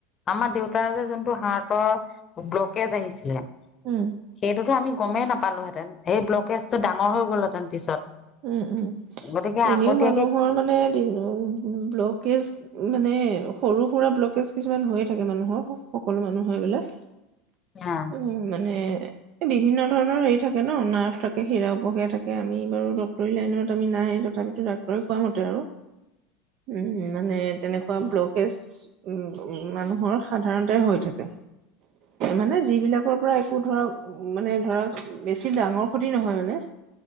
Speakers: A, on the left; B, on the right.
A: আমাৰ দেউতাৰ যে যোনটো হাৰ্টৰ ব্লকেজ আহিছিলে
B: উম
A: সেইটোতো আমি গমেই নাপালোহেঁতেন সেই ব্লকেজ ডাঙৰ হৈ গ'ল হেতেন পিছত
B: উম উম
A: গতিকে
B: এনেও
A: আগতীয়াকে
B: মানুহৰ মানে ব্লকেজ মানে সৰু সুৰা ব্লকেজ কিছুমান হৈয়ে থাকে মানুহৰ সকলো মানুহৰ এইবিলাক
A: <unintelligible> অ',
B: উ মানে বিভিন্ন ধৰণৰ হেৰি থাকে নাৰ্ভ থাকে হীৰা উপহীয়া থাকে আমি বাৰু ডাক্টৰী লাইনত আমি নাই তথাপিতো ডাক্তৰে খোৱা মতে আৰু উম মানে তেনেকুৱা ব্লকেজ উ মানুহৰ সাধাৰণতে হৈ থাকে মানে যিবিলাকৰ পৰা একো ধৰক মানে ধৰক বেছি ডাঙৰ ক্ষতি নহয় মানে